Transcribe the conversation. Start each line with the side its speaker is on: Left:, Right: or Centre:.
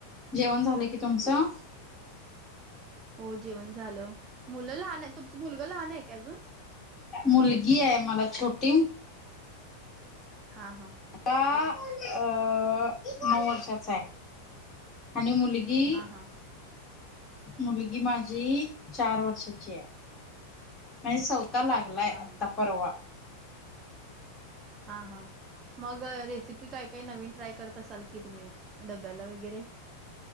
Left: जेवण झालं की तुमचं
Right: हो जेवण झालं मुलं लहान आहे तुमचा मुलगा लहान आहे काय अजून..
Left: मुलगी आहे मला छोटी
Right: हा हा
Left: आता अ नऊ वर्षाचा आहे आणि मुली जी
Right: हा हा
Left: मुलगी माझी चार वर्षाची आहे म्हणजेौथ आता लागलंय
Right: हा
Left: आता
Right: हा
Left: परवा
Right: हा हा मग रेसिपी काय काय नवीन ट्राय करत असाल की तुम्ही डब्याला वगैरे